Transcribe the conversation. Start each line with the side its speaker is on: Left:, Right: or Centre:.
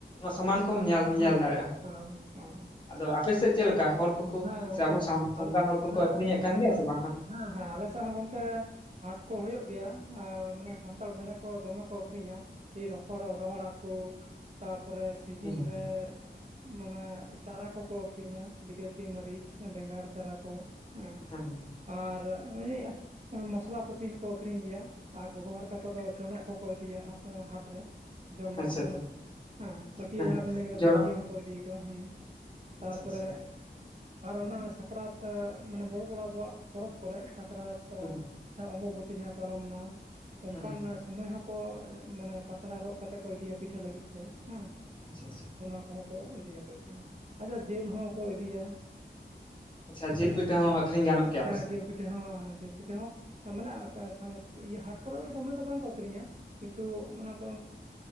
Left: ᱥᱟᱚᱢᱟᱱ ᱠᱚᱢ ᱧᱮᱞ
Right: ᱦᱮᱸ
Left: ᱧᱮᱞ ᱫᱟᱲᱮᱭᱟᱜᱼᱟ᱾
Right: ᱦᱮᱸ ᱚ ᱚ
Left: ᱟᱫᱚ ᱟᱯᱮ ᱥᱮᱫ ᱪᱮᱫ ᱞᱮᱠᱟ ᱦᱚᱲ ᱠᱚᱠᱚ
Right: ᱦᱮᱸ
Left: ᱥᱮ ᱟᱵᱚ ᱥᱟᱶ
Right: <unintelligible>
Left: ᱥᱟᱱᱛᱟᱲ
Right: ᱦᱮᱸ
Left: ᱦᱚᱲ ᱠᱚᱠᱚ
Right: <unintelligible>
Left: ᱟᱹᱠᱷᱨᱤᱧᱮᱫ
Right: ᱦᱮᱸ
Left: ᱠᱟᱱ ᱜᱮᱭᱟ ᱥᱮ ᱵᱟᱝ ᱦᱟᱸᱜ
Right: ᱦᱮᱸ ᱟᱞᱮ ᱥᱮᱫ ᱦᱚᱸ ᱜᱚᱝᱠᱮ ᱦᱟᱴ ᱠᱚ ᱦᱩᱭᱩᱜ ᱜᱮᱭᱟ ᱢᱟᱱᱮ ᱥᱟᱱᱛᱟᱲ ᱵᱚᱭᱦᱟ ᱠᱚ ᱫᱚᱢᱮ ᱠᱚ ᱟᱠᱷᱨᱤᱧᱟ ᱨᱚᱦᱚᱲ ᱨᱚᱦᱚᱲ ᱦᱟᱠᱳ ᱛᱟᱯᱚᱨᱮ ᱥᱤᱡᱤᱱ
Left: ᱦᱮᱸ
Right: ᱨᱮ ᱢᱟᱱᱮ ᱪᱟᱨᱟ ᱠᱚᱠᱚ ᱟᱹᱠᱷᱨᱤᱧᱟ᱾ ᱵᱤᱞᱟᱹᱛᱤ ᱢᱟᱹᱨᱤᱪ ᱵᱮᱸᱜᱟᱲ ᱪᱟᱨᱟ ᱠᱚ ᱦᱮᱸ
Left: ᱦᱮᱸ ᱦᱮᱸ
Right: ᱟᱨ ᱟᱱᱮ ᱢᱚᱥᱞᱟ ᱯᱟᱹᱛᱤ ᱦᱚᱸᱠᱚ ᱟᱠᱷᱨᱤᱧ ᱜᱮᱭᱟ᱾ ᱟᱨ ᱜᱚᱜᱚ ᱦᱚᱲ ᱛᱟᱠᱚ ᱫᱚ ᱡᱚᱱᱚᱜ ᱠᱚᱠᱚ ᱤᱫᱤᱭᱟ ᱦᱟᱴᱨᱮ ᱡᱚᱱᱚᱜ
Left: ᱟᱪᱪᱷᱟ ᱟᱪᱪᱷᱟ
Right: ᱚᱱᱮ ᱦᱮᱸ ᱯᱟᱹᱴᱭᱟᱹ
Left: ᱦᱮᱸ
Right: ᱡᱟᱦᱟᱸ
Left: ᱦᱮᱸ
Right: ᱵᱮᱱ ᱞᱟᱹᱭ ᱠᱮᱫᱟ
Left: ᱡᱚᱱᱚᱜ
Right: ᱯᱟᱹᱴᱭᱟᱹ ᱦᱚᱸᱠᱚ ᱤᱫᱤᱠᱟᱫᱟ ᱦᱮᱸ ᱛᱟᱨᱯᱚᱨᱮ
Left: ᱟᱪᱪᱷᱟ ᱟᱪᱪᱷᱟ
Right: ᱟᱨ ᱚᱱᱟ ᱥᱟᱠᱨᱟᱛ ᱢᱟᱱᱮ ᱵᱚᱲᱚ ᱵᱚᱲᱚ ᱟᱵᱚᱣᱟᱜ ᱯᱚᱨᱚᱵᱽ ᱠᱚᱨᱮᱜ ᱥᱟᱠᱨᱟᱛ
Left: ᱦᱮᱸ
Right: ᱚᱢᱵᱵᱚᱛᱤ ᱡᱟᱦᱟᱸᱟᱭ ᱯᱟᱨᱚᱢᱱᱟ ᱚᱱᱠᱟᱱ
Left: ᱦᱮᱸ ᱦᱮᱸ
Right: ᱥᱚᱢᱚᱭ ᱦᱚᱸᱠᱚ ᱢᱟᱱᱮ ᱯᱟᱛᱲᱟ ᱨᱚᱜ ᱠᱟᱛᱮ ᱠᱚ ᱤᱫᱤᱭᱟ ᱯᱤᱴᱷᱟᱹ ᱞᱟᱹᱜᱤᱫ ᱛᱮ ᱦᱮᱸ
Left: ᱟᱪᱪᱷᱟ ᱟᱪᱪᱷᱟ
Right: ᱚᱱᱟ ᱠᱚᱦᱚᱸ ᱠᱚ ᱤᱫᱤᱭᱟ ᱠᱚ ᱤᱫ ᱟᱪᱪᱷᱟ ᱡᱤᱞ ᱦᱚᱸ ᱠᱚ ᱤᱫᱤᱭᱟ
Left: ᱟᱪᱪᱷᱟ ᱡᱤᱞ ᱯᱤᱴᱷᱟᱹ ᱦᱚᱸ ᱟᱹᱠᱷᱨᱤᱧ ᱜᱟᱱᱚᱜ ᱜᱮᱭᱟ ᱟᱯᱮᱥᱮᱫ
Right: ᱦᱮᱸ ᱡᱤᱞ ᱯᱤ ᱯᱤᱴᱷᱟᱹ ᱦᱚᱸ ᱡᱤᱞ ᱯᱤᱴᱷᱟᱹ ᱦᱚᱸ ᱢᱟᱱᱮ ᱟᱠᱟ ᱥᱟᱸᱣ ᱤᱭᱟ ᱦᱟᱴ ᱠᱚᱨᱮ ᱫᱚ ᱫᱚᱢᱮ ᱫᱚ ᱵᱟᱝᱠᱚ ᱟᱹᱠᱷᱨᱤᱧᱟ ᱠᱤᱱᱛᱩ ᱚᱱᱟ ᱠᱚ